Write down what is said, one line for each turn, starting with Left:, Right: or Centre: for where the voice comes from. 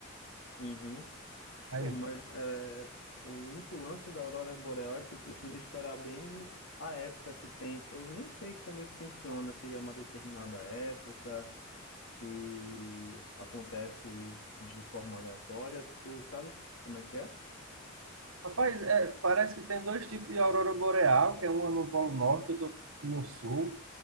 Left: Uhum.
Right: Aí,
Left: Pô, mas é, o único lance da aurora boreal é que tu precisa esperar bem a época que tem. Eu nem sei como isso funciona, se é uma determinada época, se acontece de forma aleatória. Tu sabes como é que é?
Right: rapaz, é, parece que tem dois tipos de aurora boreal, que é uma no Polo Norte, outra no Sul.